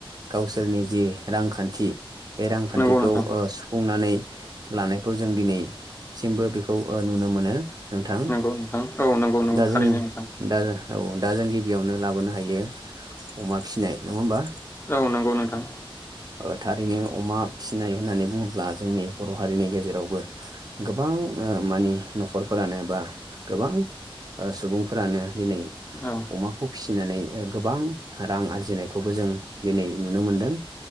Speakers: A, on the right; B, on the left.
A: गावसोरनि जि रांखान्थि बे रांखान्थिखौ
B: नंगौ नोंथां
A: ओ सुफुंनानै लानायखौ जों दिनैसिमबो बेखौ ओ नुनो मोनो। नोंथां
B: नंगौ नोंथां औ नंगौ नंगौ
A: दा
B: थारैनो
A: जों
B: नोंथां
A: दा औ दा जों गिबियावनो लाबोनो हायो अमा फिसिनाय नङा होमबा?
B: औ नंगौ नोंथां
A: ओ थारैनो अमा फिनाय होननानै बुङोब्ला जोंनि बर' हारिनि गेजेरावबो गोबां ओ मानि न'खरफोरानो बा गोबां ओ सुबुंफोरानो दिनै
B: औ
A: अमाखौ फि फिनानै ओ गोबां रां आरजिनायखौबो जों दिनै नुनो मोनदों।